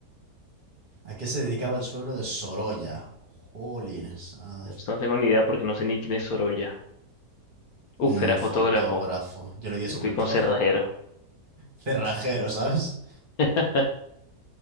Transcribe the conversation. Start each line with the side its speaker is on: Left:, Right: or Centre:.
Right: ¿A qué se dedicaba el suegro de Sorolla? Jolines. A ver.
Left: Esto no tengo ni idea porque no sé ni quién es Sorolla. Uf,
Right: Mm,
Left: era
Right: fotógrafo.
Left: fotógrafo.
Right: Yo le di escultor.
Left: Me fui con cerrajero.
Right: Cerrajero, ¿sabes?
Left: <laughs>